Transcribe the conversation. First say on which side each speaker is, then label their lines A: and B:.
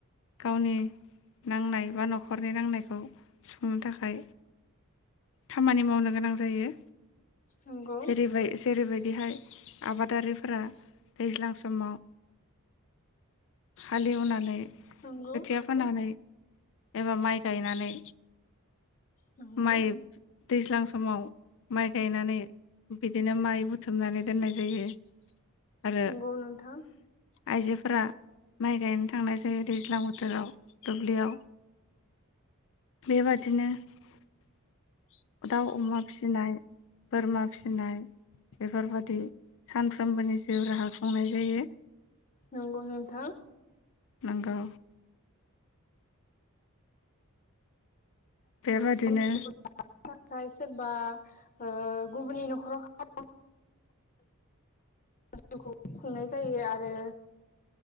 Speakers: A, on the left (about 60°); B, on the left (about 35°).
A: गावनि नांनाय बा न'खरनि नांनायखौ सुफुंनो थाखाय खामानि मावनो गोनां जायो
B: नंगौ
A: जेरैबाय जेरैबायदिहाय आबादारिफोरा दैज्लां समाव हालेवनानै खोथिया
B: नंगौ
A: फोनानै एबा माइ गायनानै
B: नंगौ
A: माइ दैज्लां समाव माइ गायनानै बिदिनो माइ बुथुमनानै दोननाय जायो आरो
B: नंगौ नोंथां
A: आइजोफोरा माइ गायनो थांनाय जायो दैज्लां बोथोराव दुब्लियाव बेबादि बिदिनो दाउ अमा फिसिनाय बोरमा फिनाय बेफोरबादि सानफ्रोमबोनि जिउ राहा खुंनाय जायो
B: नंगौ नोंथां
A: नंगौ बेबायादिनो
B: सोरनि जिउखौ थाखाय सोरबा ओ गुबुननि न'खराव खामानि माव जिउखौ खुंनाय जायो आरो